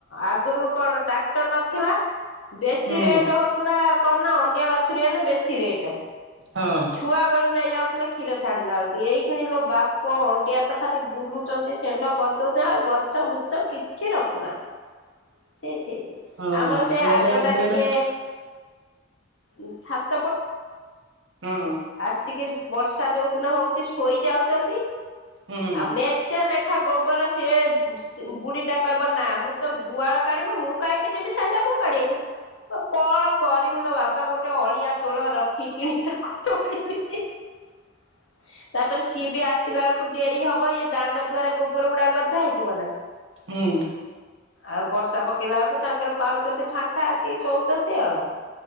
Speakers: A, on the left (about 75°); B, on the right (about 65°).
A: ଆଗୁରୁ କଣ ଟ୍ରାକ୍ଟର ନଥିଲା ବେଶୀ
B: ହୁଁ
A: ରେଟ ହଉଥିଲା କଣ ନା ଅଣ୍ଡିଆ ବାଛୁରୀ ହେନେ ବେଶୀ ରେଟ।
B: ହଁ।
A: ଛୁଆବେଳୁ ନେଇ ଯାଉଥିଲେ କ୍ଷୀର ଛାଡ଼ିଲା ବେଳକୁ ଏଇକ୍ଷୀଣିଲୋ ବାପ ଅଣ୍ଡିଆ ତ ଖାଲି ବୁଲୁ ଚନ୍ତି ଷେଣ୍ଢ କରିଦଉଛନ୍ତି ଆଉ ଗଛ ବୁଛ କିଛି ରଖୁନାହାନ୍ତି ଛି ଛି ଛି
B: ହଁ
A: ଆମର ସେ
B: ହେଲା
A: ଆଗ
B: ଏବେ
A: ଟା ଟିକେ
B: ହେଲା
A: ଉଁ ଛାତ୍
B: <unintelligible> ହଁ।
A: ଆସିକି ବର୍ଷା ଯୋଉ ଦିନ ହଉଛି ଶୋଇଯାଉଚନ୍ତି।
B: ହୁଁ
A: ଆଉ ମେଞ୍ଚେ ନେଖା ଗୋବର ସିଏ ସ୍ତି ବୁଢୀ ଟା କହିବ ବ ନା ମୁଁ ତ ଗୁହାଳ କାଢିବି ମୁଁ କାହିଁକି ଯିମି ଷେଣ୍ଢ ଗୁଅ କାଢିବାକୁ ବ ବ କଣ କରିମିଲ ବାପା ଗୋଟେ ଅଳିଆ ତୋଳ ରଖି କିଣି ତାକୁ ତୋଳିବି ତାପରେ ସିଏ ବି ଆସିଲା ଆଳ୍ କୁ କୁ ଡେରି ହବ ଇଏ ଦାଣ୍ଡ ଦୁଆରେ ଗୋବର ଗୁଡା ଗଦା ହେଇଥିବ ନା?
B: ହୁଁ।
A: ଆଉ ବର୍ଷା ପକେଇଲା ବେଳକୁ ତାଙ୍କର ପାଉଛନ୍ତି ଫାଙ୍କା ଆସିକି ଶୋଉଚନ୍ତି ଆଉ।